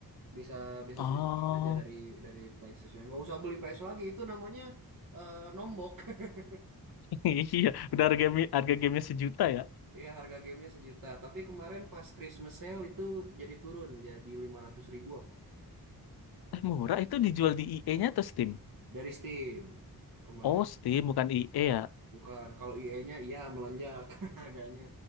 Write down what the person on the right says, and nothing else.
Bisa bisa
switch account aja dari dari PlayStation. Nggak usah beli PS lagi itu namanya eh, nombok. <laughs>
Iya, harga gamenya sejuta. Tapi kemarin pas Christmas sale itu jadi turun jadi lima ratus ribu apa?
Dari Steam kemarin.
Bukan, kalau IE-nya iya melonjak <laughs> harganya.